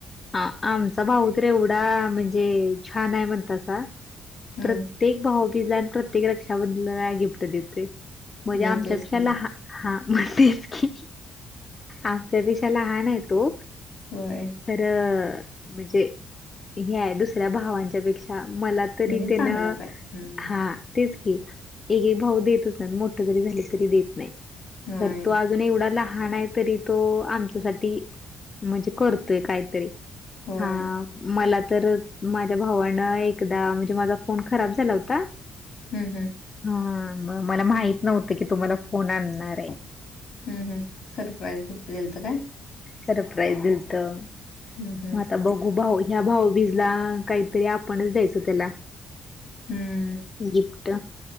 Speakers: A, on the left; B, on the left.
A: आ आमचा भाऊ तर एवढा म्हणजे छानय म्हणतासा
B: हं.
A: प्रत्येक भाऊबीजला आण प्रत्येक रक्षाबधलाला गिफ्ट देतोय. म्हजे
B: देतोयच
A: आमच्या पेक्षा
B: की
A: लहा
B: मग.
A: हा <inaudible> तेच की आमच्यापेशा लहान हाय तो
B: होय
A: खरं म्हणजे हे आय दुसऱ्या भावांच्या पेक्षा मला तरी
B: म्हणजे
A: त्येन
B: चांगलाच आहे. हं.
A: हा तेच की एक एक भाऊ देतच नाही मोठ जरी झाल तरी देत नाहीत
B: होय,
A: पण तो आज जून एवढा लहानय तरी तो आमच्यासाठी म्हणजे करतोय कायतरी
B: होय.
A: हा मला तर माझ्या भावानं एकदा म्हणजे माझा फोन खराब झाला होता
B: हम्म हम्म
A: हम्म् म मला माहित नव्हतं की तो मला फोन आण्णाराय
B: हम्म हम्म सरप्राईज गिप्ट दिलत काय
A: सरप्राइज दिलंत.
B: हं, हं.
A: म आता बगू भाऊ ह्या भाऊबीजला काहीतरी आपणच द्यायचं त्याला
B: हम्म
A: गिप्ट